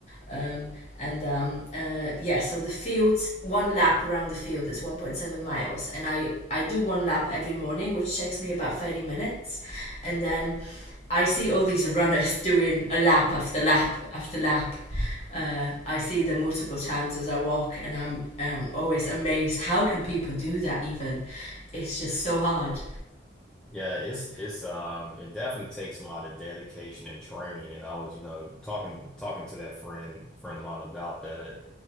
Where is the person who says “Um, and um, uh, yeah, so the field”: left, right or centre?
Left